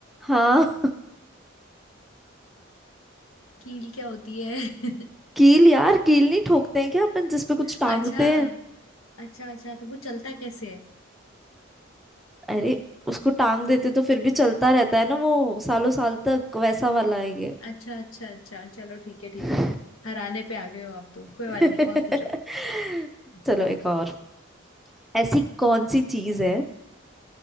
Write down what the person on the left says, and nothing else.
कील क्या होती है <laughs>
अच्छा
अच्छा अच्छा तो वो चलता कैसे है
अच्छा अच्छा अच्छा चलो ठीक है ठीक
है हराने पे आ गए हो आप तो कोई
बात नहीं और पूछो